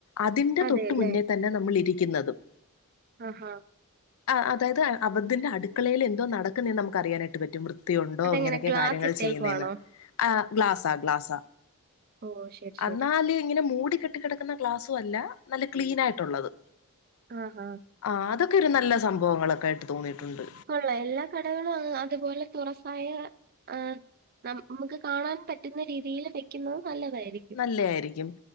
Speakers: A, on the left; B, on the right.
A: അതിറെ
B: അതെയല്ലേ
A: തൊട്ട് മുന്നേ തന്നെ നമ്മൾ ഇരിക്കുന്നതും
B: ആഹ് ഹാ
A: ആ അതായത് അബദ്ധിന്റെ അടുക്കളയിൽ എന്തോ നടക്കുന്ന എന്ന് നമുക്ക് അറിയാനായിട്ട് പറ്റും വൃ ത്തി ഉണ്ടോ
B: അതെങ്ങനെ
A: എങ്ങനൊക്കെ
B: ഗ്ലാസ്
A: കാര്യങ്ങൾ
B: ഇട്ടേക്കുവാണോ
A: ചെയ്യുന്നെന്ന് ആ ഗ്ലാസ ഗ്ലാസ
B: ഓ ശരി ശരി
A: എന്നാല് ഇങ്ങനെ മൂടി കെട്ടി കിടക്കുന്ന ഗ്ലാസ് അല്ല നല്ല ക്ലീൻ ആയിട്ടുള്ളത്
B: ആ ഹ
A: ആ അതൊക്കെ ഒരു നല്ല സംഭവങ്ങളൊക്കെ ആയിട്ട് തോന്നിയിട്ടുണ്ട്
B: ഉള്ള എല്ലാ കടകളും അതുപോലെ തുറസായ ആഹ് ന നമുക്ക് കാണാൻ പറ്റുന്ന രീതിയിൽ വെക്കുന്നുന്നത് നല്ലതായിരിക്കും
A: നല്ല ആയിരിക്കും